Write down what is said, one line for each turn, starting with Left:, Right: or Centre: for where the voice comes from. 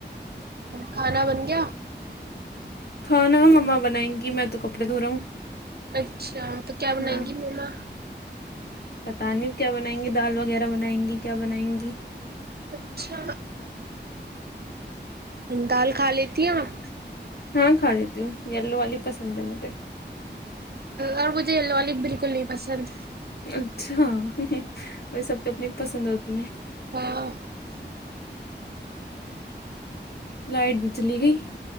Right: کھانا بن گیا
Left: کھانا مما بنائیں گی میں تو کپڑے دھو رہا ہوں
Right: اچھا تو کیا بنائیں
Left: ہاں
Right: گی مما
Left: پتا نہیں کیا بنائیں گی دال وغیرہ بنائیں گی کیا بنائیں گی
Right: اچھا دال کھا لیتی ہیں آپ
Left: ہاں کھا دیتی ہوں یلو والی پسند ہے مجھے
Right: اور مجھے یلو والی بالکل نہیں پسند
Left: اچھا وہی سب کو اپنی پسند ہوتی ہیں
Right: ہاں
Left: لائٹ بھی چلی گئی